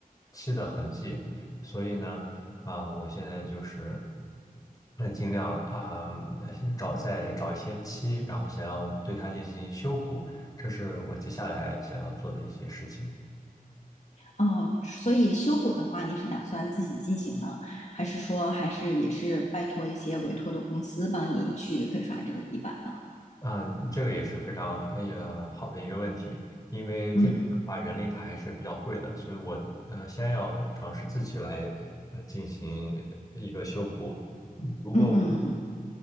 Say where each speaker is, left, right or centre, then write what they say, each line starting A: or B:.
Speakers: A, on the left; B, on the left.
A: 漆的痕迹，所以呢。啊，我现在就是，那尽量啊，呃找再找一些漆，然后想要对它进行修补，这是我接下来想要做的一些事情。
B: 哦，所以修补的话，你是打算自己进行呢，还是说还是也是拜托一些委托的公司帮你去粉刷这个地板呢？
A: 啊，这个也是非常哎呀好的一个问题，因为这边的话人力它还是比较贵的，
B: 嗯
A: 所以我呃先要尝试自己来呃进行一个修补。嗯如果我
B: 嗯嗯嗯，